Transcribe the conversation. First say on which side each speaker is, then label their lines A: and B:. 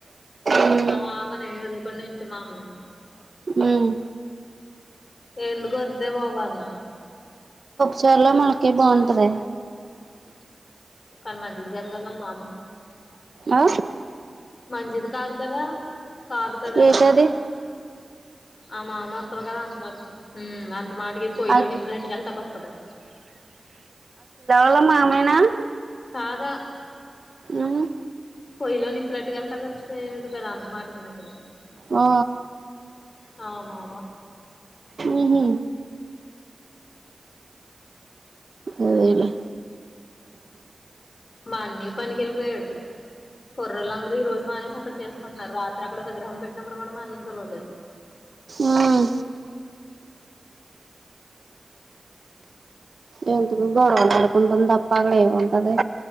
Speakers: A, on the right (about 60°); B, on the left (about 65°).
A: ఉమ్
B: ఆ మనే పన్నింటా మామ ను
A: ఉమ్
B: ఎందుకు వద్దే బాబన్న
A: చర్లో మనకే బాగుంటది.
B: కనుమంజిత్ గారు కదా నాను
A: ఆ
B: మంచిది కాదు కదా కాదు కదా
A: ఏంటది
B: ఆ మామక్కలు కదా అంత మాట ఉమ్ అంత మాటకి పొయ్యలోని
A: అఖి
B: ఇప్పులచ్చకి వెళ్తాక వస్తుది
A: ఆళ్ల మమేనా
B: కాదా
A: ఉమ్
B: పొయ్యలో నిప్పులు ఏటుకెళ్తాకి వచ్చి పోదు కదా అంత మాటికిని క్కడకి
A: ఆ
B: మా మామ
A: ఉహు అదేలే
B: మా అన్నాయ్ పనికి వెళ్ళిపోయాడు కుర్రోళ్లు అందరు ఈ రోజు మానేసి అక్కడ చేసుకుంటున్నారు రాత్రిక్కడ విగ్రహం పెట్టినప్పుడు కూడా మా అన్నయ్య ని పిలవలేదు.
A: ఉమ్ ఎందుకు గొడవలు అడుకుంటం తప్ప అక్కడ ఏముంటది.